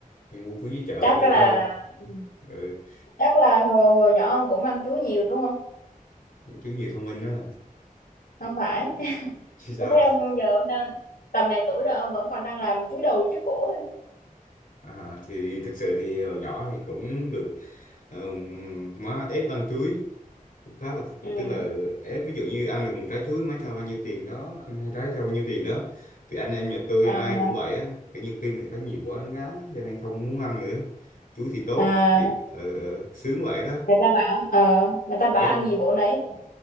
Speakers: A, on the left; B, on the left.
A: nhưng buôn chuối dưới chợ
B: chắc
A: bình thường
B: là
A: thôi
B: ừ,
A: ừ.
B: chắc là hồi hồi nhỏ ông cũng ăn chuối nhiều đúng không
A: chuối nhiều thông minh đó
B: không phải <laughs>
A: chứ sao
B: tôi thấy ông giờ ông đang tầm này tuổi rồi ông vẫn còn đang làm chuối đầu chuối cổ
A: À, thì thực sự thì hồi nhỏ thì cũng được ừm, má ép ăn chuối cũng khá là
B: ừ.
A: tức là ép ví dụ như ăn được một trái chuối má cho bao nhiêu tiền đó ăn hai trái cho bao nhiêu tiền đó thì anh em nhà tôi
B: à,
A: ai cũng vậy á kiểu như khi mình thấy nhiều quá nó ngán cho nên không muốn ăn nữa chuối thì tốt
B: à,
A: thì ờ, ờ, sướng vậy đó
B: người ta bảo ờ, người ta bảo
A: chứ không
B: ăn gì bổ nấy mà.